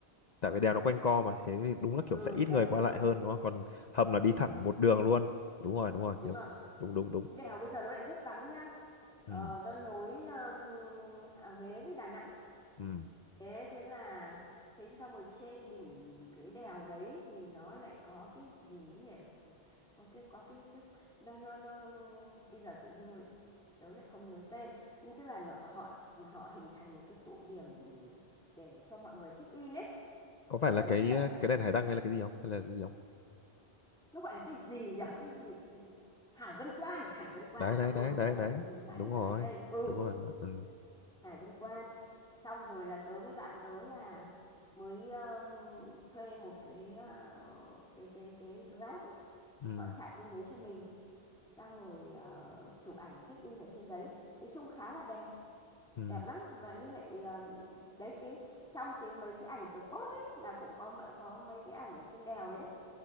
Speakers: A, on the left; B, in the centre.
A: tại vì đèo nó quanh co mà thế thì đúng là kiểu
B: ừ
A: sẽ ít
B: đấy
A: người qua
B: đúng
A: lại
B: rồi,
A: hơn đúng không còn hầm là đi thẳng một đường luôn đúng rồi đúng rồi
B: đúng
A: đúng
B: rồi.
A: đúng đúng đúng
B: Cái đèo bây giờ nó lại rất vắng nhá. Ờ,
A: ừ
B: nó nối um, à, Huế với Đà Nẵng.
A: ừ
B: Thế thế là thế xong rồi trên đỉnh cái đèo đấy thì nó lại có cái gì nhỉ? Có cái có cái tức nó nó nó bây giờ tự dưng lại tớ lại không nhớ tên nhưng tức là nó, họ họ hình thành một cái tụ điểm để cho mọi người check in ấy
A: có phải là
B: đấy
A: cái
B: thế là
A: ờ, cái đèn hải đăng hay là cái gì không hay là cái gì không
B: nó gọi là cái gì nhỉ cái gì Hải Vân Quan Hải Vân Quan
A: đấy đấy
B: cậu
A: đấy
B: ơi
A: đấy
B: trời
A: đấy
B: ơi nhớ mãi
A: đúng
B: không
A: rồi
B: là cái tên ừ
A: đúng rồi đúng rồi ừ
B: Hải Vân Quan xong rồi là tớ với bạn tớ là mới um, thuê một cái uh, cái cái cái Grab ấy
A: ừ
B: họ chạy lên đấy cho mình xong rồi ờ, chụp ảnh check in ở trên đấy nói chung khá là đẹp
A: ừ
B: đẹp lắm vậy với lại um, đấy cái trong cái mấy cái ảnh tớ post ấy là cũng có mỡ- có mấy cái ảnh ở trên đèo đấy đấy